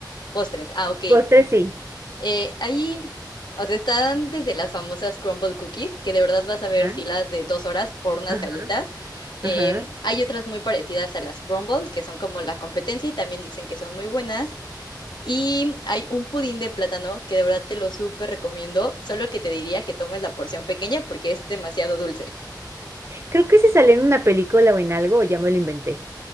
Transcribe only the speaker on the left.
postres? Ah, ok.
Eh, ahí, o sea, están desde las famosas crumble cookies, que de verdad vas a ver
filas de dos horas por unas
galletas. Em,
hay otras muy parecidas a las crumbles, que son como la competencia y también dicen que son muy buenas. Y hay un pudín de plátano que de verdad te lo súper recomiendo, solo que te diría que tomes la porción pequeña porque es demasiado dulce.